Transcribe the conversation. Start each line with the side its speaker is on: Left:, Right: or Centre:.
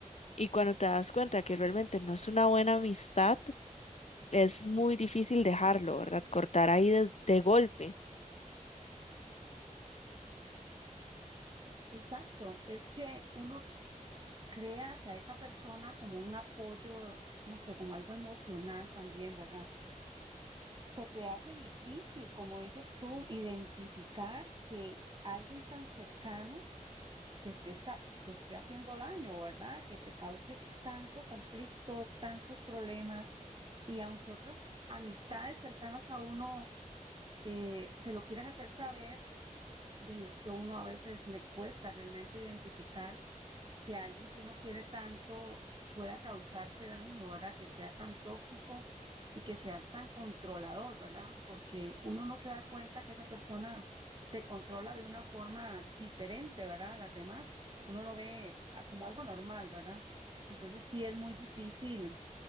Left: y cuando te das cuenta que realmente no es una buena amistad, es muy difícil dejarlo, ¿verdad? Cortar ahí de, de golpe.
Right: Exacto, es que uno crea hacia esa persona como un apoyo, no sé, como algo emocional también, ¿verdad? Se te hace difícil, como dices tú, identificar que alguien tan cercano te esté, sa- te esté haciendo daño, ¿verdad? Que te cause tanto conflicto, tantos problemas, y aunque otras amistades cercanas a uno eh, te lo quieran hacer saber, ve, es que uno a veces le cuesta realmente identificar que alguien que uno quiere tanto pueda causarte daño, ¿verdad? Que sea tan tóxico y que sea tan controlador, ¿verdad? Porque uno no se da cuenta que esa persona te controla de una forma diferente, ¿verdad? A las demás, uno lo ve a- como algo normal, ¿verdad? Entonces sí es muy difícil